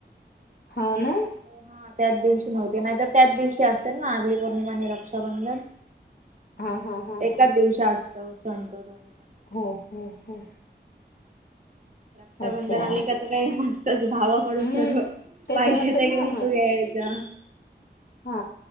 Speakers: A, on the left (about 55°); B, on the right (about 40°).
A: हा ना.
B: हा त्याच दिवशी नव्हती नाहीतर त्याच दिवशी असतील ना नारली पौर्णिमा आणि रक्षाबंधन.
A: हा हा हा
B: एकाच
A: हा
B: दिवशी असतो सण दोन्ही पण.
A: हो हो हो.
B: रक्षाबंधन
A: अच्छा
B: आली कि आता काय नसतं. तसं भावाकडून
A: हम्म
B: सर्व
A: त्याच्यानंतर
B: पाहिजे त्या
A: ना
B: वस्तू
A: मग
B: घ्यायच्या.
A: हा